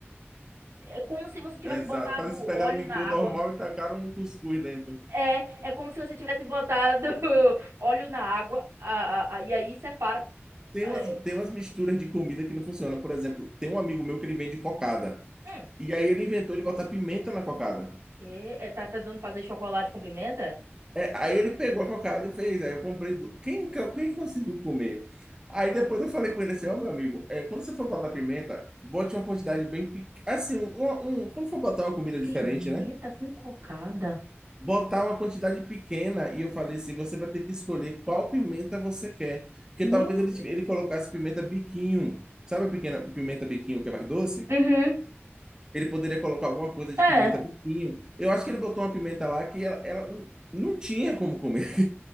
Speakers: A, on the right (about 75°); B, on the right (about 15°).
A: É como se você tivesse
B: Exato.
A: botado
B: Parece que pegaram
A: óleo
B: um licor
A: na água.
B: normal e tacaram um cuscuz dentro.
A: É, é como se você tivesse botado <laughs> óleo na água, a, a- a- e aí separa.
B: Tem
A: Aí,
B: umas, tem umas misturas de comida que não funciona. Por exemplo, tem um amigo meu que ele vende cocada.
A: Hum,
B: E aí ele inventou de botar pimenta na cocada.
A: que- é, tá, tá tentando fazer chocolate com pimenta?
B: É, aí ele pegou a cocada e fez. Aí eu comprei. du- Quem, quem conseguiu comer? Aí depois eu falei com ele assim: Ó, meu amigo, é, quando você for botar pimenta, bote uma quantidade bem pequena. Assim, um, um- quando for botar uma comida
A: Pimenta
B: diferente, né?
A: com cocada.
B: botar uma quantidade pequena e eu falei assim, você vai ter que escolher qual pimenta você quer, porque
A: Meu
B: talvez ele, tive- ele colocasse pimenta biquinho, sabe a pequena pimenta biquinho que é mais doce?
A: Uhum.
B: Ele poderia colocar alguma coisa de
A: É.
B: pimenta biquinho. Eu acho que ele botou uma pimenta lá que ela, ela não não tinha como comer. <laughs>